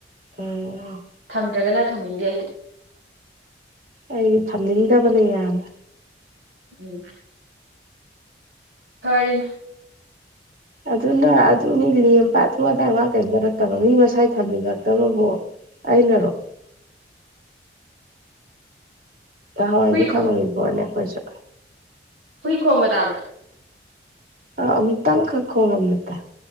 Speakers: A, on the right (about 50°); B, on the right (about 75°).
A: ꯑꯣ
B: ꯊꯝꯗ꯭ꯔꯒꯅ ꯊꯝꯅꯤꯡꯗꯦ ꯑꯩꯗꯤ
A: ꯑꯩꯗꯤ ꯊꯝꯅꯤꯡꯗꯕꯅꯦ ꯌꯥꯝꯃꯦ
B: ꯎꯝ ꯐꯔꯤ
A: ꯑꯗꯨꯅ ꯑꯗꯨꯅꯤ ꯂꯦꯝꯕꯊꯨ ꯑꯗꯥꯏ ꯋꯥ ꯀꯔꯤꯝꯇ ꯅꯠꯇꯕ ꯃꯤ ꯃꯁꯥꯏ ꯊꯝꯅꯤꯡꯉꯛꯇꯕꯕꯨꯣ ꯑꯩꯅꯔꯣ ꯍꯋꯥꯏꯗꯤ
B: ꯍꯨꯏ
A: ꯊꯝꯃꯕꯣꯠꯅꯦ ꯑꯩꯈꯣꯏꯁꯨ
B: ꯍꯨꯏ ꯈꯣꯡꯕ ꯇꯥꯕ꯭ꯔꯥ
A: ꯑꯝꯇꯪ ꯀ ꯀꯉ ꯃꯠꯇ